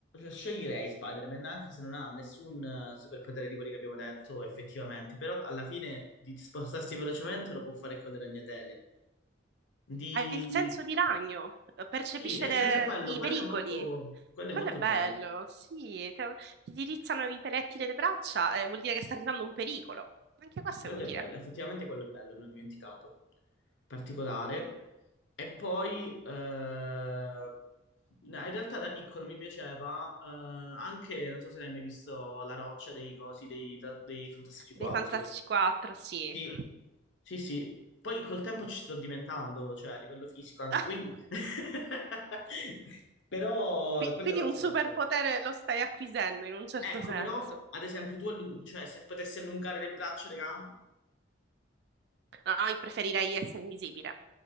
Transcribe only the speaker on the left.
sceglierei Spider-Man anche se non ha nessun eh, superpotere di quelli che abbiamo detto effettivamente, però alla fine di spostarsi velocemente lo può fare con le ragnatele. Di...
Sì, nel
senso quello,
quello
è molto, quello
è molto
bello.
Quello
è bello, effettivamente quello è bello, me l'ho dimenticato. Particolare. E poi, eh, no, in realtà da piccolo mi piaceva eh, anche, non so se l'hai mai visto, La roccia dei cosi, dei, dei Fantastici 4.
Sì, sì, sì. Poi col tempo ci sto diventando, cioè a livello fisico anche,
quindi... <laughs> Però
quello
è un'altra
particolare.
Ecco,
però, ad esempio, tu, allu- cioè, se potessi allungare le braccia e le gambe...